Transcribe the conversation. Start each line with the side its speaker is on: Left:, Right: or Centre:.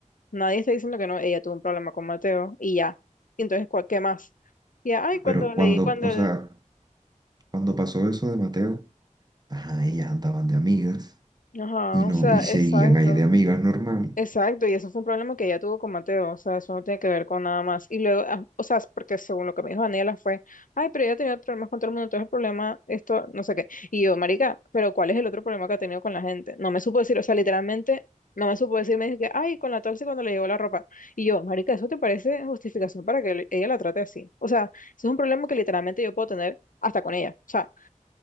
Left: nadie está diciendo que no, ella tuvo un problema con Mateo y ya. Y entonces, ¿cuál- ¿qué más? Y ya, ay, cuando
Right: Pero cuando,
Left: leí, cuando,
Right: o sea, cuando pasó eso de Mateo, ajá, ellas andaban de amigas
Left: ajá,
Right: y no,
Left: o sea,
Right: y
Left: exacto.
Right: seguían ahí de amigas normal.
Left: Exacto, y eso fue un problema que ella tuvo con Mateo, o sea, eso no tiene que ver con nada más. Y luego, ah, o sea, porque según lo que me dijo Daniela fue, ay, pero ella tenía problemas con todo el mundo, entonces el problema, esto, no sé qué. Y yo, marica, pero ¿cuál es el otro problema que ha tenido con la gente? No me supo decir, o sea, literalmente, no me supo decir, me dijo que, ay, con la tóxica cuando le llegó la ropa. Y yo, marica, ¿eso te parece justificación para que ella la trate así? O sea, eso es un problema que literalmente yo puedo tener hasta con ella. O sea,